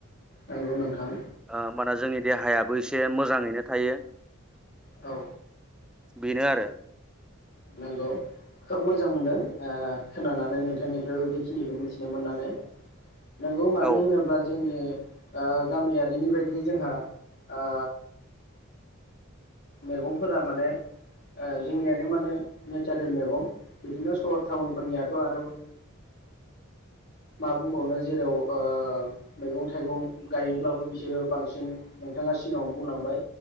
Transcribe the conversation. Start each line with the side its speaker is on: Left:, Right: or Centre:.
Left: नंगौ नोंथां
Centre: ओ होमबाना जोंनि देहायाबो एसे मोजाङैनो थायो।
Left: औ
Centre: बेनो आरो
Left: नंगौ खोब मोजां मोनदों ओ खोनानानै नोंथांनिफ्रायबो बेखिनिखौ मिथिनो मोननानै नंगौ मानो
Centre: औ
Left: होनोब्ला जोंनि ओ गामियारिनि बायदि जोंहा ओ मैगंफोरा माने ओ जोंनियानो माने नेचारेल मैगं बिदिनो सहर टाउनफोरनियाथ' आरो ओ मा बुंबावनो जेराव ओ मैगं थाइगं गायोब्लाबो बिसोरो बांसिन नोंथाङा सिगाङाव बुंलांबाय